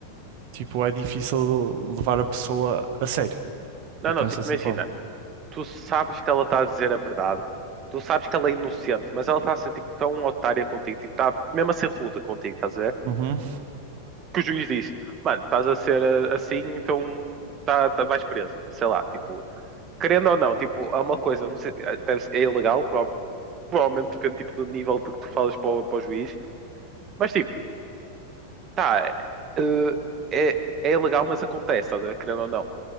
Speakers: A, on the right (about 45°); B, on the right (about 30°).
A: tipo, é difícil levar a pessoa a sério.
B: Não,
A: Eu penso
B: não, tipo,
A: dessa
B: imagina,
A: forma.
B: tu sabes que ela está a dizer a verdade, tu sabes que ela é inocente, mas ela está a ser tipo tão otária contigo, tipo, está mesmo a ser rude contigo, estás a ver?
A: Uhum,
B: Que o juiz diz, mano, estás a ser ah, assim, então tá, tá- vais preso, sei lá, tipo. querendo ou não, tipo, há uma coisa, não sei, deve ser- é ilegal, prova- provavelmente depende tipo, do nível de que tu falas para o, para o juiz, mas tipo, tá, eh, é, é ilegal, mas acontece, estás a ver? Querendo ou não.